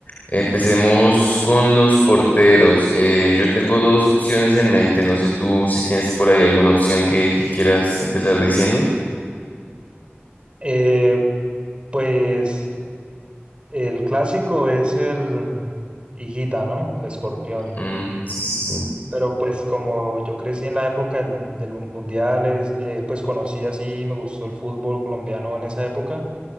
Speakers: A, on the left (about 40°); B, on the right (about 25°).
A: Empecemos con los porteros. Eh, yo tengo dos opciones en mente. No sé tú si tienes por ahí alguna opción que, que quieras empezar diciendo.
B: Eh, pues el clásico es el mm, Higuita, ¿no? El escorpión.
A: Mm, sí, sí, sí.
B: Pero pues como yo crecí en la época del mu- de los mundiales, eh, pues conocí así, me gustó el fútbol colombiano en esa época.